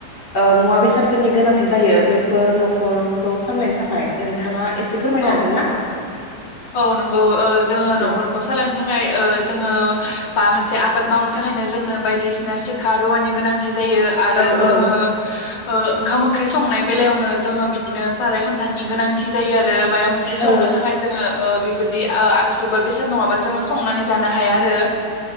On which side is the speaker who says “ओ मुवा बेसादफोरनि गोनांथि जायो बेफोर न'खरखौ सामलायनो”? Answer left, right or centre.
Left